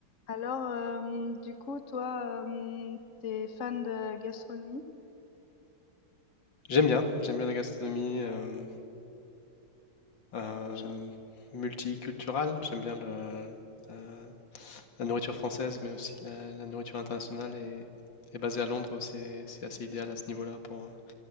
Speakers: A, on the left (about 40°); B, on the left (about 65°).
A: Alors, euh, du coup, toi, euh, t'es fan de gastronomie?
B: J'aime bien, j'aime bien la gastronomie euh, euh,
A: Je-
B: multiculturelle, j'aime bien le- la, la nourriture française, mais aussi la, la nourriture internationale. Et, et basée à Londres, c'est c'est assez idéal à ce niveau-là pour,